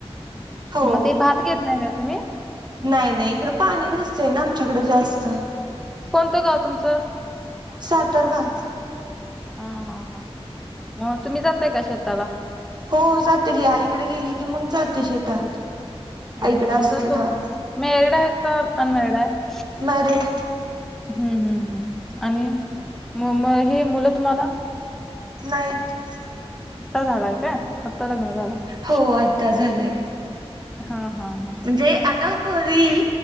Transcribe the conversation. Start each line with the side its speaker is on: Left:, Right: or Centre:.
Right: हो
Centre: मग ते भात घेत नाही त्यात. तुम्ही
Right: नाही नाही इकडं पाणी नसतय ना आमच्याकडें जास्त.
Centre: कोणत गाव तुमचं.
Right: सातर भाग
Centre: हा हा हा मग तुम्ही जातय का शेताला.
Right: हो जाते गी आईकडे गेली की मग जाते शेतात.
Centre: हा
Right: आईकडे
Centre: ह
Right: असते
Centre: म तुम
Right: तेव्हा
Centre: मॅरिड आहेत का अनमॅरिड आहे.
Right: मॅरिड.
Centre: हम्म हम्म हम्म आणि म म हे मुलं तुम्हाला.
Right: नाईत.
Centre: आत्ता झालाय का आत्ता लग्न. झालं असेल.
Right: हो आता झाले.
Centre: हा हा हा.
Right: म्हणजे आता हो होरील